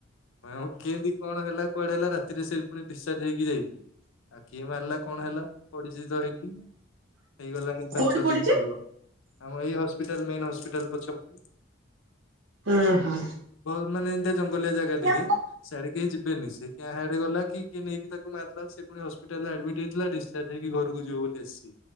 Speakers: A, on the left; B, on the right.
A: ହଁ କେମିତି କଣ ହେଲା କୁଆଡେ ହେଲା ରାତିରେ ସେ ପୁଣି ଡିସଚାର୍ଜ ହେଇକି ଯାଇଛି ଆଉ କିଏ ମାରିଲା କଣ ହେଲା ପରିଚିତ ହେଇକି ହେଇଗଲାଣି ପାଞ୍ଚ
B: କୋଉଠି
A: ଛଅ
B: ପଡିଛି
A: ଦିନ ତଳର। ଆମ ଏଇ ହସ୍ପିଟାଲ ମେନ୍ ହସ୍ପିଟାଲ ପଛପଟେ।
B: ଏ ହଁ।
A: ମାନେ ଏମତିଆ ଜଙ୍ଗଲଆ ଜାଗା
B: ହୁଁ
A: ଟିକେ ସିଆଡେ କେହି ଯିବେନି ସେ କାହାଆଡେ ଗଲା କି କିଏ ନେଇକି ତାକୁ ମାରିଦେଲା। ପୁଣି ହସ୍ପିଟାଲରେ ଆଡମିଟ ହେଇଥିଲା ଡିସଚାର୍ଜ ହେଇକି ଘରକୁ ଯିବ ବୋଲି ଆସି